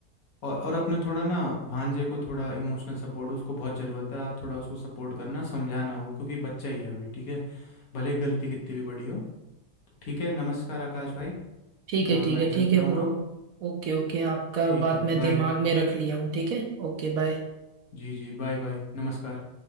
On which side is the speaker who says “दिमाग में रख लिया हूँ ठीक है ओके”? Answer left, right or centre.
Right